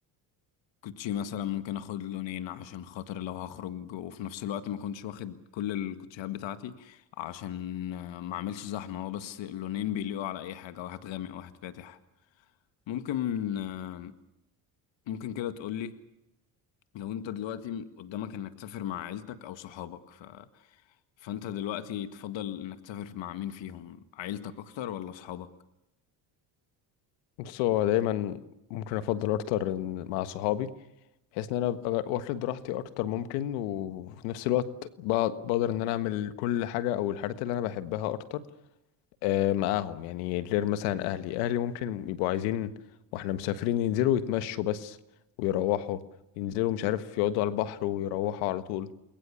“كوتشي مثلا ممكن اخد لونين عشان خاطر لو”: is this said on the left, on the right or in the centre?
Left